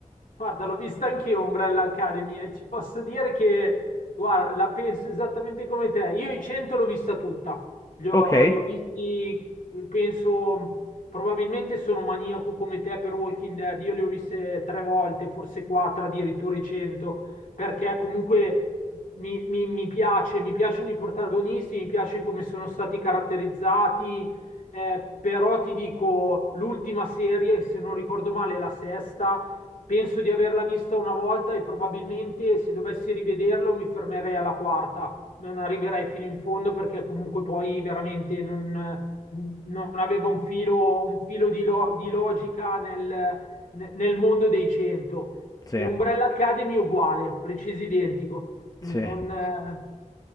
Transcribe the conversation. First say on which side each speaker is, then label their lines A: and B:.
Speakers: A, on the left; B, on the left.
A: Guarda, l'ho vista anch'io Umbrella Academy e ti posso dire che, guarda, la penso esattamente come te. Io i 100 l'ho vista tutta, li ho,
B: Ok?
A: li ho visti, penso, probabilmente sono maniaco come te per Walking Dead, io li ho viste tre volte, forse quattro addirittura i 100, perché comunque mi, mi- mi piace, mi piacciono i protagonisti, mi piace come sono stati caratterizzati, eh, però ti dico, l'ultima serie, se non ricordo male, è la sesta Penso di averla vista una volta e probabilmente se dovessi rivederlo mi fermerei alla quarta, non arriverei fino in fondo perché comunque poi veramente non, non aveva un filo, un filo di, lo- di logica nel, nel mondo dei 100.
B: Sì,
A: E Umbrella Academy uguale, preciso identico. Non,
B: sì,
A: eh,